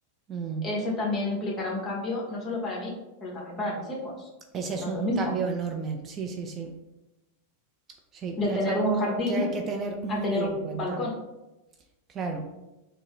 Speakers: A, on the right; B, on the left.
A: mm.
B: ese también implicará un cambio, no solo para mí, pero también para mis hijos,
A: Ese
B: que
A: es
B: no
A: un
B: es lo mismo,
A: cambio enorme. Sí, sí, sí. Sí,
B: de
A: es
B: tener
A: algo
B: un jardín
A: que hay que tener muy
B: a tener un
A: en cuenta.
B: balcón.
A: Claro.